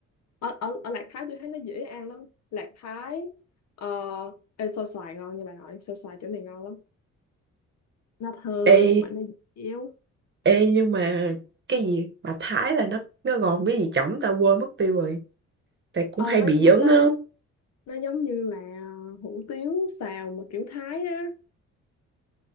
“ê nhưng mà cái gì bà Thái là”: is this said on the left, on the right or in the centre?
Right